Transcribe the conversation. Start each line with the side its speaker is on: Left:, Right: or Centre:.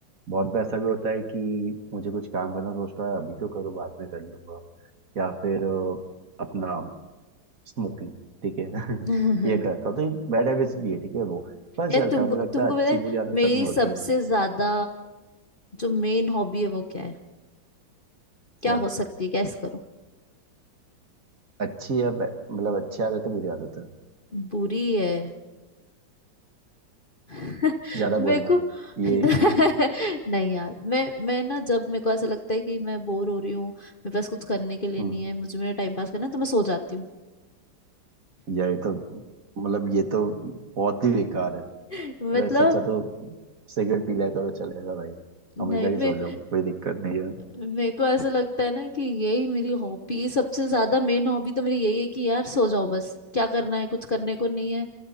Right: बहुत बार ऐसा भी होता है कि मुझे कुछ काम करना सोचता है अभी क्यों करूँ बाद में कर लूंगा या फिर अ, अपना स्मोकिंग ठीक है <laughs>
Left: <laughs>
Right: ये करता हूँ तो ये बैड हैबिट्स भी है ठीक है वो पर चलता
Left: ये तुमको
Right: है मुझे लगता
Left: तुमको
Right: है अच्छी
Left: पता है
Right: बुरी आदत
Left: मेरी
Right: सब में होती
Left: सबसे
Right: है
Left: ज्यादा जो मेन हॉबी है वो क्या है क्या
Right: क्या
Left: हो सकती है गैस करो
Right: अच्छी है बै- मतलब अच्छी आदत है बुरी आदत है
Left: बुरी है मेरे
Right: ज़्यादा बोलना
Left: को
Right: ये
Left: <laughs>
Right: <laughs>
Left: नहीं यार मैं मैं ना जब मेरे को ऐसा लगता है कि मैं बोर हो रही हूँ मेरे पास कुछ करने के लिए
Right: हम्म,
Left: नहीं है मुझे मेरा टाइम पास करना है तो मैं सो जाती हूँ
Right: ये तो मतलब ये तो बहुत ही बेकार है
Left: <laughs> मतलब
Right: अरे इससे अच्छा तो सिगरेट पी लिया करो चलेगा भाई हमेशा
Left: नहीं
Right: की
Left: मैं
Right: सो जाओ कोई दिक्कत नहीं है
Left: मेरे को ऐसा लगता है ना कि यही मेरी हॉबी सबसे ज्यादा मेन हॉबी तो मेरी यही है कि यार सो जाओ बस क्या करना है कुछ करने को नहीं है